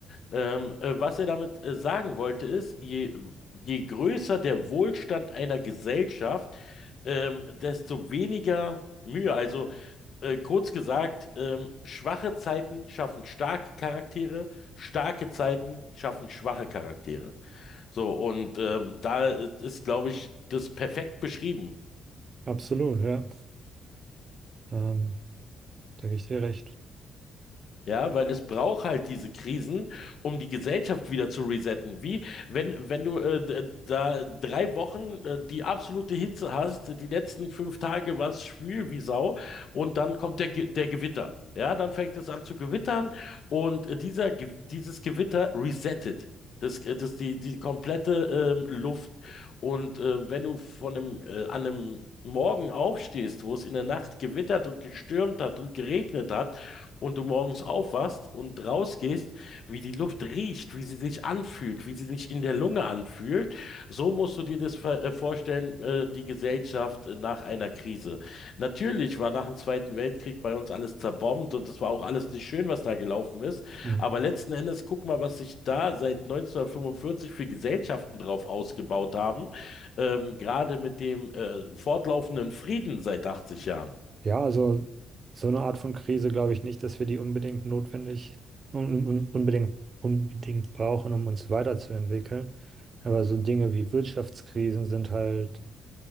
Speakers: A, on the left; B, on the right.
A: Ähm, äh, was er damit äh, sagen wollte, ist, je, je größer der Wohlstand einer Gesellschaft, ähm, desto weniger Mühe. Also äh, kurz gesagt, ähm, schwache Zeiten schaffen starke Charaktere, starke Zeiten schaffen schwache Charaktere. So, und ähm, da äh, ist, glaube ich, das perfekt beschrieben.
B: Absolut, ja. Ähm, da gebe ich dir recht.
A: Ja, weil es braucht halt diese Krisen, um die Gesellschaft wieder zu resetten. Wie wenn, wenn du äh, d- da drei Wochen äh, die absolute Hitze hast, die letzten fünf Tage war es schwül wie Sau und dann kommt der, Ge- der Gewitter. Ja, dann fängt es an zu gewittern und äh, dieser, Ge- dieses Gewitter resettet. Das, äh, das die, die komplette ähm, Luft. Und äh, wenn du von einem, äh, an einem Morgen aufstehst, wo es in der Nacht gewittert und gestürmt hat und geregnet hat, und du morgens aufwachst und rausgehst, wie die Luft riecht, wie sie sich anfühlt, wie sie sich in der Lunge anfühlt, so musst du dir das ver- äh, vorstellen, äh, die Gesellschaft äh, nach einer Krise. Natürlich war nach dem Zweiten Weltkrieg bei uns alles zerbombt und es war auch alles nicht schön, was da gelaufen ist,
B: Hm.
A: aber letzten Endes guck mal, was sich da seit 1945 für Gesellschaften drauf ausgebaut haben, ähm, gerade mit dem äh, fortlaufenden Frieden seit 80 Jahren.
B: Ja, also so eine Art von Krise glaube ich nicht, dass wir die unbedingt notwendig, un, un, unbedingt, unbedingt brauchen, um uns weiterzuentwickeln. Aber so Dinge wie Wirtschaftskrisen sind halt